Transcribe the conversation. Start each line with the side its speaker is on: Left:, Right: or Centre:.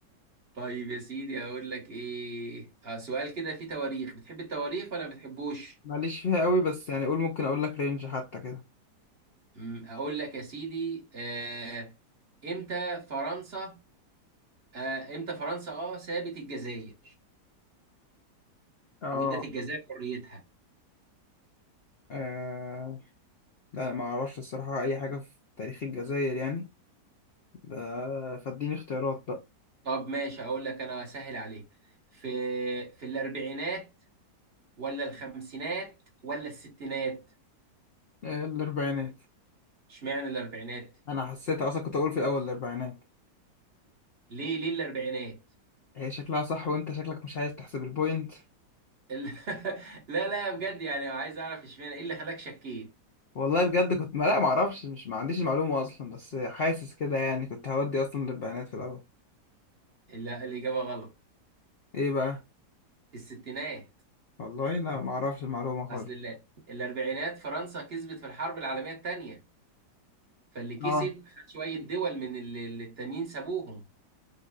Right: طيب يا سيدي اقول لك ايه آه سؤال كده فيه تواريخ بتحب التواريخ ولا ما بتحبوش
Left: ماليش فيها قوي بس يعني قول ممكن اقول لك رينج حتى كده
Right: أمم، اقول لك يا سيدي آه امتى فرنسا آه امتى فرنسا اه سابت الجزائر
Left: اه
Right: وادت الجزائر حريتها
Left: آه، لا ما اعرفش الصراحة اي حاجة في تاريخ الجزائر يعني ب- فاديني اختيارات بقى
Right: طب ماشي اقول لك انا اسهل عليك في في الاربعينات ولا الخمسينات ولا الستينات
Left: آه، الاربعينات
Right: اشمعنى الاربعينات
Left: انا حسيت اصلا كنت اقول في الاول الاربعينات
Right: ليه ليه الاربعينات
Left: هي شكلها صح وانت شكلك مش عايز تحسب البوينت
Right: ال- <laughs> لا لا بجد يعني عايز اعرف اشمعنى ايه اللي خلاك شكيت
Left: والله بجد كنت ما لا ما اعرفش مش ما عنديش المعلومة اصلا بس حاسس كده يعني كنت هودي اصلا الاربعينات في الاول
Right: لا الاجابه غلط
Left: ايه بقى
Right: الستينات
Left: والله لا ما اعرفش المعلومة خالص
Right: اصل ال- الاربعينات فرنسا كسبت في الحرب العالميه الثانيه فاللي كسب
Left: اه
Right: خد شويه دول من اللي اللي التانيين سابوهم